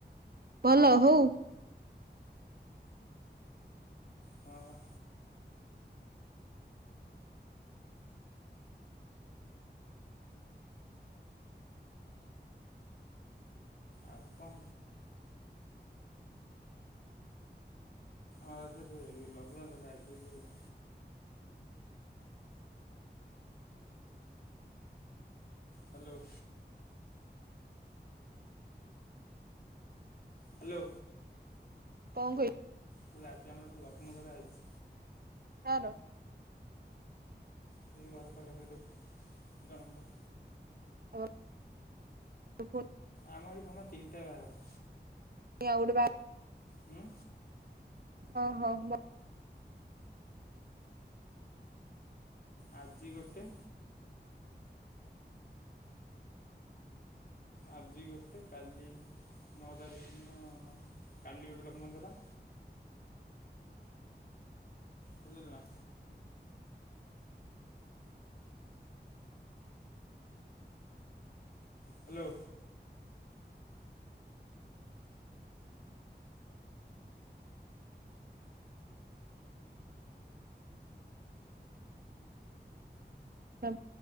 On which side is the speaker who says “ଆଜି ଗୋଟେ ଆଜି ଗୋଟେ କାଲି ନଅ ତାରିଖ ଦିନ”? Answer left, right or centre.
Left